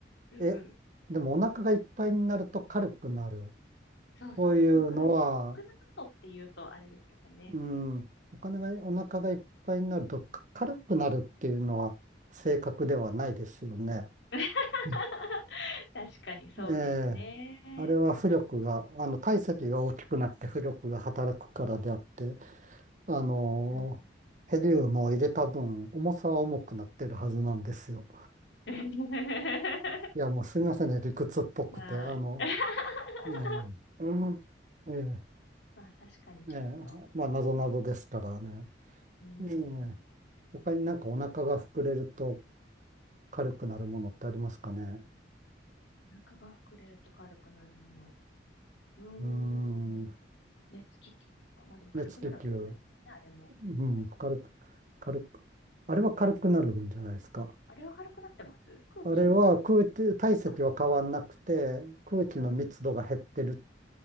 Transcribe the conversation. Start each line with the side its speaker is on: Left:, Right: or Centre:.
Left: うん
Right: え、でもお腹がいっぱいになると軽くなる。
Left: そうそう、
Right: そういうのは、
Left: 膨らむ、膨らむとっていうとあれですけどね。
Right: うん、お金が、お腹がいっぱいになるとか軽くなるっていうのは正確ではないですよね。
Left: <laughs>
Right: ね
Left: 確かにそうですね。
Right: ええ、あれは浮力が、あの、体積が大きくなって浮力が働くからであって、あのヘリウムを入れた分、
Left: うん
Right: 重さは重くなってるはずなんですよ。
Left: <laughs>
Right: いや、もうすみませんね、理屈っぽくて、
Left: まあ、
Right: あの、
Left: <laughs>
Right: ええ、うん、ええ
Left: まあ確かにちょっと、
Right: ええ、まあ、なぞなぞですからね。
Left: この、うん、
Right: ええ、他になんかお腹が膨れると軽くなるものってありますかね。
Left: お腹が膨れると軽くなるもの。うーん、
Right: うーん、
Left: 熱気球とか。まあでも軽くなるわけじゃないですもんね、
Right: 熱気球、
Left: あれも。
Right: うん、軽く、軽く、あれは軽くなるんじゃないですか。
Left: あれは軽くなってます空気の。
Right: あれは空気、体積は変わんなくて、
Left: あ、そうか。
Right: 空気の密度が減ってる
Left: うん。